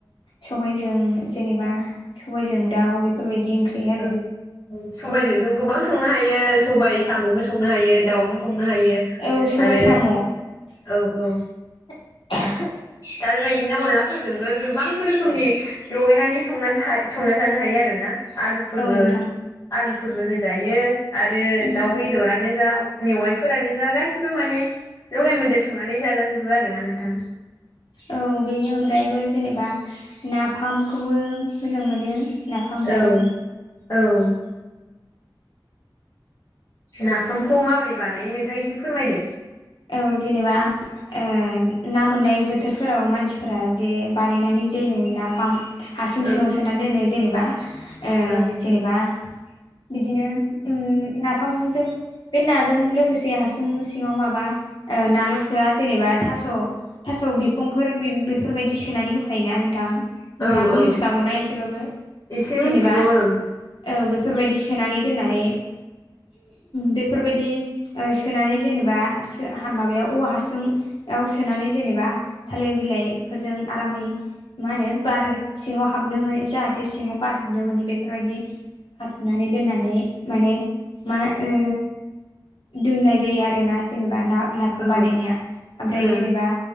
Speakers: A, on the left; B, on the left.
A: सबाइजों जेनेबा सबाइजों दाउ बेफोरबायदि ओंख्रि आरो
B: औ सबाइजोंथ' गोबां संनो हायो सबाइ साम'बो संनो हायो दाउबो संनो हायो
A: औ सबाइ
B: आरो
A: साम'
B: औ औ
A: <inaudible>
B: दा बेबायदिनो अनलाफोरजोंबो गोबां रो खोमनि लगायनानै संना संना जानो हायो आरोना आलुफोरबो
A: नोंथां
B: आलुफोरबो होजायो आरो
A: उम
B: दाउ बेदरानो जा मेवाइफोरानो जा गासिबो माने लगाय मोदेर संनानै जाजाजोबो आरोना नोंथां।
A: औ बेनि अनगायैबो जेनेबा नाफामखौबो मोजां मोनो। नाफाम
B: औ
A: जानो
B: औ नाफामखौ माबोरै बानायो नोंथां एसे फोरमायदो।
A: औ जेनेबा ओ ना मोननाय बोथोरफोराव मानसिफोरा दे बानायनानै दोनो नाफाम हासुं
B: ओं
A: सिङाव सोनानै दोनो जेनेबा ओ
B: ओं
A: जेनेबा बिदिनो उम नाफामजों बे नाजों लोगोसे हासुं सिङाव माबा ओ नाल'सोआ जेनेबा थास' थास' बिखंफोर बेफोरबायदि सोनानै होफायोना नोंथां? नोंथाङाबो
B: औ औ
A: मिथिखागौना एसेबाबो
B: एसे
A: जेनेबा
B: मिथिगौ
A: औ
B: ओं
A: बेफोरबायदि सोनानै दोननानै बेफोरबायदि ओ सोनानै जेनेबा ओ हा माबायाव औवा हासुङाव सोनानै जेनेबा थालेर बिलाइफोरजों आरामै मा होनो बार सिङाव हाबनो मोने जाहाथे सिङाव बार हाबनो मोननि बेफोरबायदि खाथुमनानै दोननानै माने मा ओ दोननाय जायो आरोना जेनेबा ना नाफाम
B: औ
A: बानायनाया ओमफ्राय
B: ओं
A: जेनेबा